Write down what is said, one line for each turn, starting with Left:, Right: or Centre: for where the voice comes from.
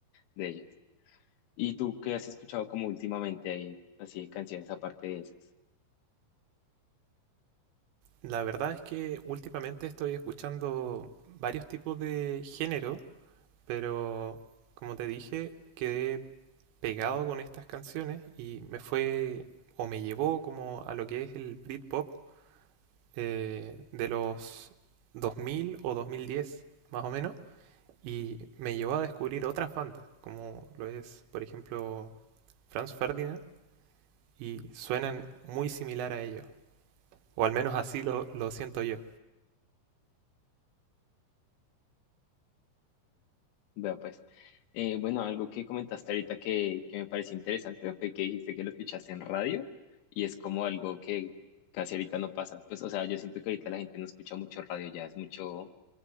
Left: de ellas. ¿Y tú qué has escuchado como últimamente ahí, así de canciones aparte de esas?
Right: La verdad es que últimamente estoy escuchando varios tipos de género, pero como te dije, quedé pegado con estas canciones y me fue o me llevó como a lo que es el Britpop eh, de los 2000 o 2010 más o menos y me llevó a descubrir otras bandas como lo es por ejemplo Franz Ferdinand y suenan muy similar a ellos o al menos así lo, lo siento yo
Left: Vea pues, Eh, bueno, algo que comentaste ahorita que, que me pareció interesante fue que dijiste que lo escuchaste en radio y es como algo que casi ahorita no pasa. Pues, o sea, yo siento que ahorita la gente no escucha mucho radio ya, es mucho